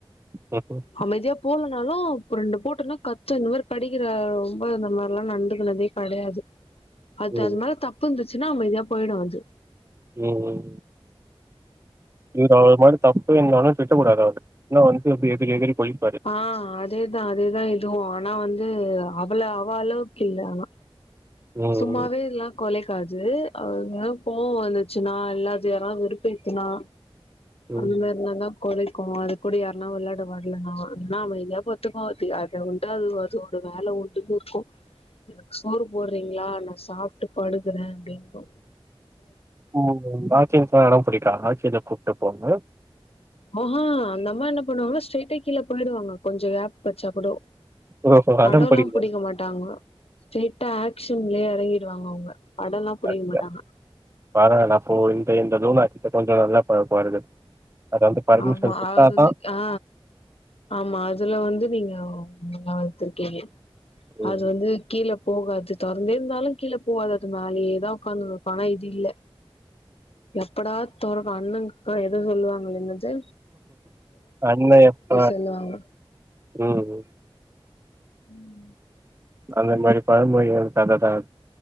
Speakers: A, on the right (about 25°); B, on the left (about 80°).
A: ம் ம்
B: அமைதியா போலனாலு அப்ப ரெண்டு போட்டனா கத்து இந்த மாரி கடிக்கிற ரொம்ப இந்த மாரிலா நடந்துகனதே கடையாது அது
A: ம்
B: அதுமேல தப்பு இருந்துச்சுன்னா அமைதியா போயிடு அது
A: ம் இந்தா மாரி தப் பே இருந்தாலு திட்ட கூடாது அவன இல்லனா வந்து எகிரி எகிரி போய்
B: ஆ அதேதா அதேதா இதுவு ஆனா வந்து அவள அவ அளவுக்கு இல்ல ஆனா
A: ம்
B: சும்மாவே எல்லா கொலைக்காது அவ எதானா கோவ வந்துச்சுன்னா இல்ல அத யாரா வெறுப்பு ஏத்துனா
A: ம்
B: அந்த மாரினா தா கொளைக்கு அது கூட யாருன்னா விளாட வரலன்னா இல்னா அமைதியா பத்துக்கோ அது <unintelligible> அது அதோட வேல உண்டுன்னு இருக்கு எனக்கு சோறு போடு றீங்கல்லா நா சாப்ட்டு படுக்றே அப்டிங்கூ
A: உம் வாக்கிங்க் எடம் புடிக்கா வாக்கின கூட்டு போங்க
B: ஆஹா அந்தம்மா என்ன பண்ணுவாங்கனா ஸ்ட்ரைட்டா கீழ போயிடுவாங்க கொஞ்ச கேப் கெடச்சா கூடோ
A: ஓஹோ அடம்
B: அடோ
A: புடிக்குதா
B: லா புடிக்க மாட்டாங்கா ஸ்ரைட்டா ஆக்க்ஷன்லயே எறங்கிடுவாங்க அவுங்க அடோலா புடிக்க
A: ஹாக்கியா
B: மாட்டாங்க
A: பரவால்ல அப்போ இந்த இந்ததூனே இப்ப கொஞ்ச நல்லா பழகுவார்கள் அது அந்த பர்மிஷன்
B: ஆமா
A: குத்தா
B: அது வந்து
A: தா
B: ஆ ஆமா அதுல வந்து நீங்க நல்லா வளத்திருக்கீங்க
A: ம்
B: அது வந்து கீழப் போகாது தொறந்தே இருந்தாலு கீழ போகாது அது மேலியே தா உக்காந்துனு இருக்கோ ஆனா இது இல்ல எப்படா தொறக்கோ அண்ணன்கா எதோ சொல்லுவாங்கலே எநேது
A: அண்ண எப்ப
B: சொல்லுவாங்க
A: ம் ம்
B: ம்
A: அந்த மாரி பழமொழி ஓட கத தா அது